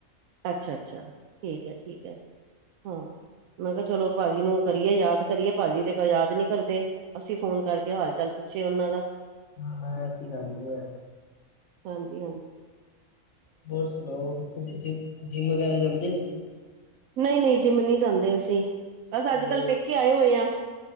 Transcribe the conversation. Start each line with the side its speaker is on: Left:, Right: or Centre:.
Right: ਅੱਛਾ-ਅੱਛਾ, ਠੀਕ ਐ ਠੀਕ ਐ। ਹਾਂ, ਮੈਂ ਕਿਹਾ ਚਲੋ ਭਾਜੀ ਨੂੰ ਕਰੀਏ ਯਾਦ ਕਰੀਏ ਭਾਜੀ ਤੇ ਯਾਦ ਨੀ ਕਰਦੇ। ਅਸੀਂ ਫੋਨ ਕਰਕੇ ਹਾਲ-ਚਾਲ ਪੁੱਛੀਏ ਉਹਨਾਂ ਦਾ।
Left: ਹਾਂ-ਹਾਂ, ਐਸੀ ਗੱਲ ਨੀ ਐ।
Right: ਹਾਂਜੀ-ਹਾਂਜੀ।
Left: ਹੋਰ ਸੁਣਾਓ, ਤੁਸੀਂ ਜਿ ਜਿੰਮ ਵਗੈਰਾ ਜਾਂਦੇ ਹੋ।
Right: ਨਈ- ਨਈ ਜਿੰਮ ਨੀ ਜਾਂਦੇ ਅਸੀਂ, ਬਸ ਅੱਜ-ਕੱਲ੍ਹ
Left: ਤੇ
Right: ਪੇਕੇ ਆਏ ਹੋਏ ਆਂ।